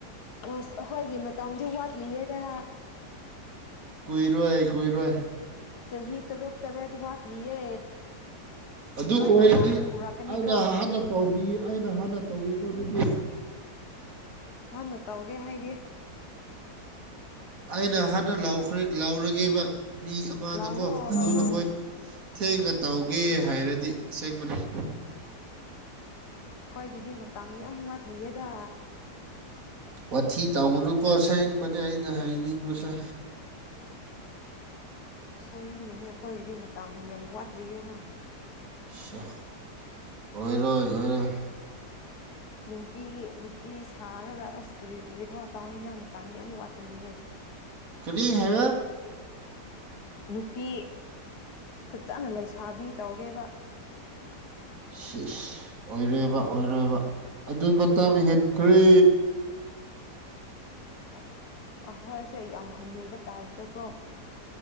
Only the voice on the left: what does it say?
ꯑꯁ ꯑꯩꯈꯣꯏꯒꯤ ꯃꯇꯝꯗꯤ ꯋꯥꯠꯂꯤꯌꯦꯗ
ꯆꯍꯤ ꯇꯔꯨꯛ ꯇꯔꯦꯠ ꯋꯥꯠꯂꯤꯌꯦ
ꯅꯣꯏꯅ
ꯍꯥꯟꯅ ꯄꯨꯔꯛꯀꯅꯤꯀꯣ
ꯍꯥꯟꯅ ꯇꯧꯒꯦ ꯍꯥꯏꯗꯤ
ꯂꯥꯎꯔꯣ
ꯂꯥꯎꯔꯣ
ꯍꯣꯏꯒꯤꯗꯤ ꯃꯇꯝ ꯌꯥꯝ ꯋꯥꯠꯂꯤꯌꯦꯗ
ꯑꯁꯦꯡꯕꯒꯤꯅꯤ ꯑꯩꯈꯣꯏꯒꯤꯗꯤ ꯃꯇꯝ ꯌꯥꯝ ꯋꯥꯠꯂꯤꯌꯦꯅ
ꯅꯨꯄꯤꯒꯤ ꯅꯨꯄꯤ ꯁꯥꯔꯒ ꯑꯁ ꯀꯔꯤ ꯀꯔꯤꯅꯣ ꯇꯥꯎꯅꯤꯡꯉꯥꯏ ꯃꯇꯝ ꯌꯥꯝ ꯋꯥꯠꯂꯤꯌꯦ
ꯅꯨꯄꯤ ꯐꯖꯅ ꯂꯩꯁꯥꯕꯤ ꯇꯧꯒꯦꯕ
ꯑ ꯑꯍꯣꯏꯁꯦ ꯌꯥꯝ ꯍꯟꯅꯨꯕ ꯇꯥꯏꯞꯇꯀꯣ